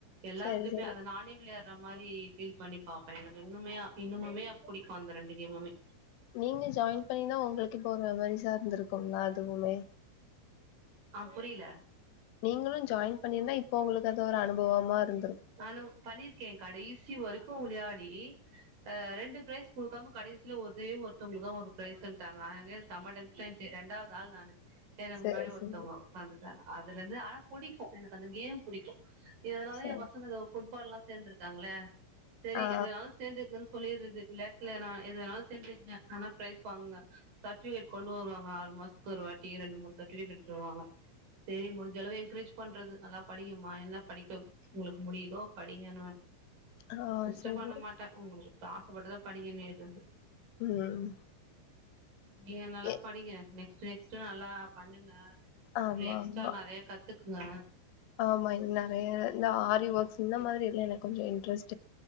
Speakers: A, on the right (about 45°); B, on the left (about 80°).
A: எல்லாருக்குமே
B: சரி சரி
A: அத நானே விளையா மாதிரி ஃபீல் பண்ணி பாப்பே எனக்கு இன்னுமே இன்னுமமே புடிக்கு அந்த ரெண்டு கேமுமே
B: நீங்க ஜாயின் பண்ணிதா உங்களுக்கு இப்ப ஒரு மெமரிஸா இருந்திருக்கும்லா அதுவுமே
A: ஆஹ் புரியல
B: நீங்களு ஜாயின் பண்ணிருந்தா இப்ப உங்களுக்கு அத ஒரு அனுபவமா இருந்
A: நானு பண்ணிருக்கே கடை சி வரைக்கு வுளையாடி ஆ ரெண்டு பிரைஸ் குடுக் கடைசியில ஒரே ஒருத்தவங்க தா ஒரு பிரைஸ்ன்ட்டாங்க அதுலயே செம்ம டென்ஸன் ஆயிடுச்சு ரெண்டாவது ஆள் நானு எனக்கு
B: சரி
A: முன்னாடி ஒருத்தவங்க
B: சரி
A: உக்கா அதுல இருந்து ஆனா புடிக்கு எனக்கு அந்த கேம் புடிக்கு இதனால
B: சரி
A: <inaudible> புட்பால்லா சேந்திருக்காங்கள சரி
B: ஆ
A: எதுனாலு சேந்து சொல்லிறது விளாட்ல நா எது வேணாலு சேந்துக்ங்க ஆனா ப்ரைஸ் ஃபங்க சர்டிபியேட் கொண்டு வருவாங்க ஆல்மோஸ்ட் ஒரு வாட்டி ரெண்டு மூணு சர்டிபியேட் எட்டு வருவாங்க சரி முடிஞ்ச அளவு என்கரேஜ் பண்றது நல்லா படிக்குமா என்ன படிக்கப் உங்களுக்கு முடியுதோ படிங்கனுவ
B: ஆ
A: டிஸ்டர்ப்
B: சரி
A: பண்ண மாட்ட உங்களுக் ஆசபட்டுதா படிக நேறது
B: ம்
A: நீங்க நல்லா
B: எ
A: படிக்க நெக்ஸ்ட் நெக்ஸ் ஸ்ட் நல்லா பண்ணுங்க அப்றோ
B: ஆமா
A: எக்ஸ்ட்ரா
B: ஆமா
A: நெறைய கத்துகுங்க
B: ஆமா இது நெறைய இந்த ஆரி ஒர்க்ஸ் இந்த மாரி லா எனக்கு கொஞ்சோ இன்ட்ரஸ்ட்